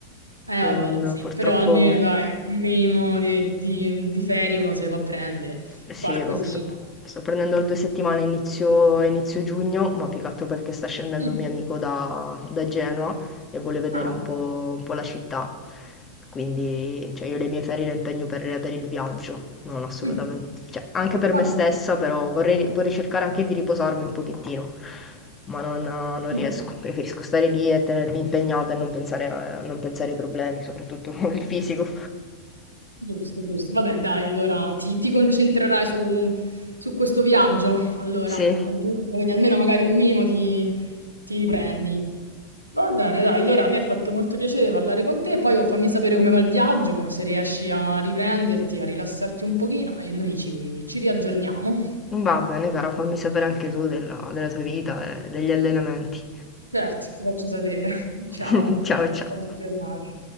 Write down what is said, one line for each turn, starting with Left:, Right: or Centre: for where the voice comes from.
Right: Eh vabbè,
Left: e non,
Right: sì,
Left: purtroppo
Right: però almeno dai, un minimo di, di- di ferie uno se le può prendere,
Left: Sì,
Right: qualcosina.
Left: no, sto, sto prendendo due settimane inizio, inizio giugno, ma più che altro perché sta scendendo
Right: Mm.
Left: un mio amico da, da Genova e vuole vedere
Right: Ah,
Left: un
Right: ok.
Left: po', un po' la città. Quindi, cioè, io le mie ferie le impegno per, per il viaggio, non assolutamente.
Right: Mm.
Left: Cioè, anche per
Right: Vabbè.
Left: me stessa, però vorrei, vorrei cercare anche di riposarmi un pochettino, ma non, non
Right: Mm.
Left: riesco. Preferisco stare lì e tenermi impegnata e non pensare, a- non pensare ai problemi, soprattutto <laughs> il fisico.
Right: Giusto, giusto. Vabbè, dai, allora ti, ti concentrerai su, su questo viaggio, allora,
Left: Sì.
Right: a giugno, quindi almeno magari un minimo ti, ti riprendi. Va bene, dai, allora mi ha fatto molto piacere parlare con te, poi oh, fammi sapere come va il viaggio, se riesci a riprenderti, a rilassarti un pochino e noi ci, ci riaggiorniamo.
Left: Va bene cara, fammi sapere anche tu della, della tua vita e degli allenamenti.
Right: Certo, ti faccio sapere. <laughs> Ciao,
Left: <laughs> Ciao ciao.
Right: buona giornata.